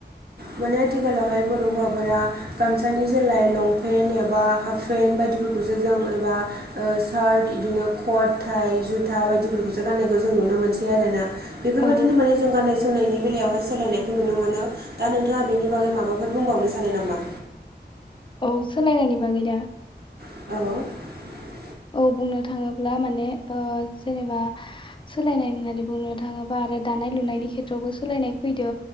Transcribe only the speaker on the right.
माने आथिखालावहाय बर' हौवाफोरा गामसानि जाय लंपेन्ट एबा हाफ पेन्ट बायदिफोरखौसो जों एबा सार्ट बिदिनो कट थाइ जुथा बायदिफोरखौसो गाननायखौ जों नुनो मोनसै आर ना‌। बेफोरबायदिनो
माने जों गाननाय जोमनायनि बेलायावहाय सोलायनायखौ नुनो मोनो। दा नोंथाङा बेनि बागै माबाफोर बुंबावनो सानो नामा?
औ।